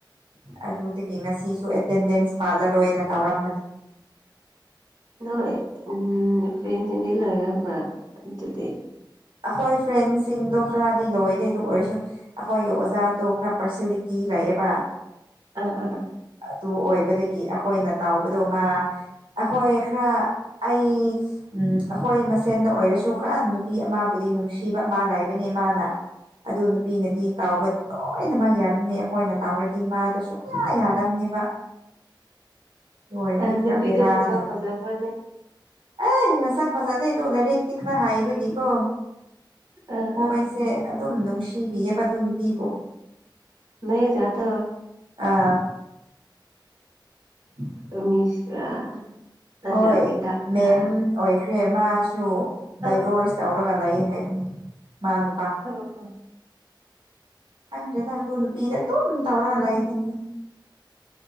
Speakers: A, on the right; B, on the right.
A: ꯑꯗꯨꯗꯒꯤ ꯉꯁꯤꯁꯨ ꯑꯦꯇꯦꯟꯗꯦꯟꯁ ꯄꯥꯜꯂꯔꯣꯏꯅ ꯇꯧꯔꯝꯕꯅꯤ
B: ꯅꯣꯏ ꯏꯝ ꯐ꯭ꯔꯦꯟꯁꯤꯡꯗꯤ ꯂꯣꯏꯔꯕ꯭ꯔꯥ ꯑꯗꯨꯗꯤ
A: ꯑꯈꯣꯏ ꯐ꯭ꯔꯦꯟꯁꯤꯡꯗꯣ ꯈꯔꯗꯤ ꯂꯣꯏꯗꯦ ꯗꯨ ꯑꯣꯏꯔꯁꯨ__ ꯑꯈꯣꯏꯒꯤ ꯑꯣꯖꯥꯗꯣ ꯈꯔ ꯄꯥꯔꯁꯦꯂꯤꯇꯤ ꯂꯩꯌꯦꯕ
B: ꯑꯥ ꯑ ꯑ
A: ꯑꯗꯨ ꯑꯣꯏꯕꯗꯒꯤ ꯑꯈꯣꯏꯅ ꯇꯥꯎꯕꯗꯣ ꯃꯥ__ ꯑꯈꯣꯏ ꯈꯔ ꯑꯩ ꯎꯝ ꯑꯈꯣꯏ ꯃꯁꯦꯟꯗ ꯑꯣꯏꯔꯁꯨ ꯈꯔ ꯅꯨꯄꯤ ꯑꯃꯕꯨꯗꯤ ꯅꯨꯡꯁꯤꯕ ꯑꯃ ꯂꯩꯕꯅꯦ ꯃꯥꯅ꯫ ꯑꯗꯨ ꯅꯨꯄꯤꯅꯗꯤ ꯇꯥꯎꯕ ꯂꯣꯏꯅꯃꯛ ꯌꯥꯕꯃꯦ ꯑꯈꯣꯏꯅ ꯇꯥꯎꯔꯗꯤ ꯃꯥꯗ ꯁꯨꯝ ꯌꯥ ꯌꯥꯗꯝꯅꯦꯕ ꯍꯣꯏ ꯃꯤ
B: ꯑꯥ ꯅꯨꯄꯤꯗꯣ
A: ꯈ ꯄꯦꯔꯥ
B: ꯃꯁꯛ
A: ꯂꯩꯕ
B: ꯐꯖꯕ꯭ꯔꯅꯦ
A: ꯑꯦ ꯏ ꯆꯥꯛ ꯐꯖꯥꯗꯦ ꯑꯗꯨꯣꯂꯥꯏꯔꯦꯛꯛꯇꯈꯅ ꯍꯥꯏꯥꯏꯕꯒꯀꯣ
B: ꯑꯥ
A: ꯃꯣꯏꯁꯦ
B: ꯑꯥ
A: ꯑꯗꯨꯝ ꯅꯨꯡꯁꯤꯕꯤꯑꯕ ꯑꯗꯨ ꯅꯨꯄꯤꯕꯨꯣ
B: ꯃ ꯌꯥ ꯊ
A: ꯑꯥ ꯎꯝ
B: ꯃꯤꯁ꯭ꯔꯥ ꯅꯠꯇ꯭ꯔꯒ
A: ꯍꯣꯏ
B: ꯃꯦꯇꯥꯝ꯭ꯔꯥ
A: ꯃꯦꯝ ꯑꯣꯏꯈ꯭ꯔꯦ ꯃꯥꯁꯨ ꯗꯥꯏꯚꯣꯔꯁ
B: ꯑꯥ
A: ꯇꯧꯔꯒ ꯂꯩ ꯍꯥꯏꯕꯅꯤ ꯃꯥ ꯅꯨ
B: ꯑ ꯑ
A: ꯑꯪ꯭ꯔꯗ ꯇꯨꯅ ꯅꯨꯄꯤꯤꯗ ꯇꯣ ꯇꯧꯔ ꯂ ꯂꯩꯗꯅꯤ